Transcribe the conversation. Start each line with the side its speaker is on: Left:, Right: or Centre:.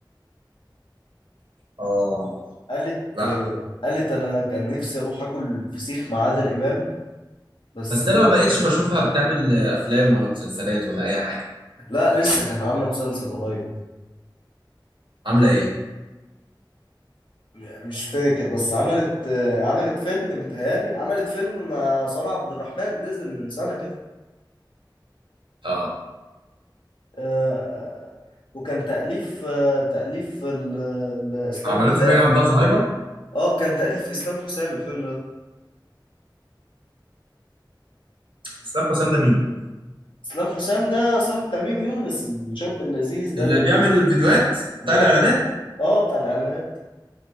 Right: اه
Left: قالت
Right: صح
Left: آه قالت انا كان نفسي اروح اكل فسيخ مع عادل امام بس
Right: بس
Left: بنت
Right: انا ما بقتش بشوفها بتعمل افلام ولا مسلسلات ولا اي حاجة
Left: لا لسه كانت عاملة مسلسل قريب
Right: عاملة ايه
Left: م- مش فاكر بس عملت آه، عملت فيلم متهيالي عملت فيلم مع سارة عبد الرحمن نزل من سنة كده
Right: اه
Left: آه، وكان تأليف آه، تأليف ال- ال- إسلام
Right: عملته
Left: حسام
Right: وهي عندها زهايمر
Left: اه كان تأليف إسلام حسام الفيلم ده
Right: اسلام حسام ده مين؟
Left: إسلام حسام ده صاحب تميم يونس الشاب اللذيذ ده
Right: اللي
Left: اللي
Right: بيعمل الفيديوهات
Left: بيعمل
Right: بتاع الاعلانات
Left: فيديوهات اه بتاع الإعلانات